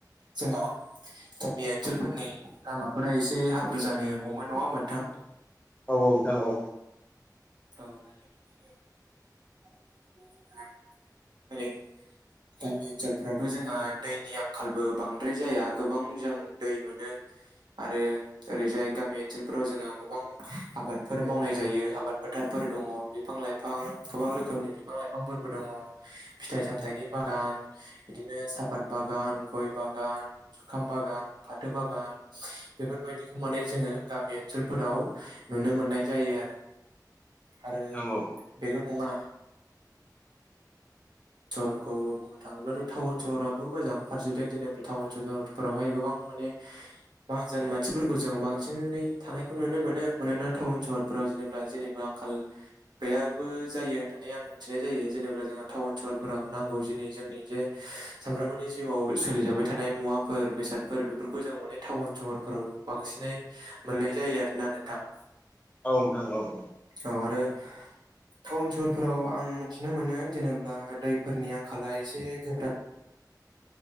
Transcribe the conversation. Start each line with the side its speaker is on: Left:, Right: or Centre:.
Right: जोङो गामि ओनसोलफोरनि लामाफोरा एसे हाब्रु जानो हमो नङा होनबा नोंथां
Left: औ औ नोंथां औ
Right: औ दायो बिब्दिनो <unintelligible> गामि ओनसोलफोरावथ जोंहा दैनि आंखालबो बांद्राय जाया गोबां जों दै मोनो आरो ओरैजाय गामि ओनसोलफोराव जोंहा गोबां आबादफोर मावनाय जायो आबाद फोथारफोर दङ बिफां लाइफां गोबां रोखोमनि बिफां लाइफांफोरबो दङ फिथाइ सामथाइनि बागान बिदिनो साफात बाग बागान गय बागान जुखाम बागान फाथो बागान बेफोरबायदिखौ माने जोंङो गामि ओनसोलफोराव नुनो मोननाय जायो आरो। आरो
Left: औ
Right: बेल नंङा सहरखौ बुंनो थाङोब्लाथ टाउन सहराबो मोजां फारसेथिं जेनेबा टाउन सहरफोरावहाय गोबां मान माहाजोन मानसिफोरखौ जों बांसिनै थानायखौ नुनो मोनो मानोना टाउन सहरफोराव जेनेबा जेनिबो आंखाल गैयाबो जायो होननानै आं मिथिनाय जायो जेनेबा जोंहा टाउन सहर नांगौ दिनि जोंनि जे सानफ्रामबोनि जिउआव सोलिजाबाय थानाय मुवाफोर बेसादफोर बे बेफोरखौ जों माने टाउन सहरफोराव बांसिनै मोननाय जायो आरोना नोंथां ।
Left: औ नोंथां औ औ
Right: औ आरो टाउन सहरफोराव आं मिथिनो मोनो जेनेबा दैफोरनि आंखाला एसे गोब्राब।